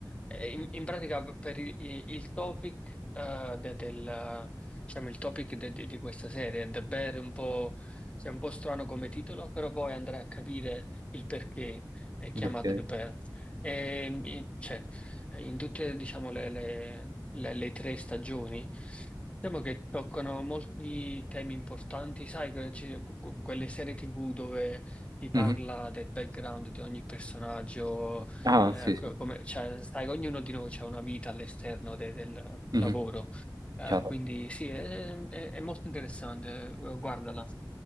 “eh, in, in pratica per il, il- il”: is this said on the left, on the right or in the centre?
Left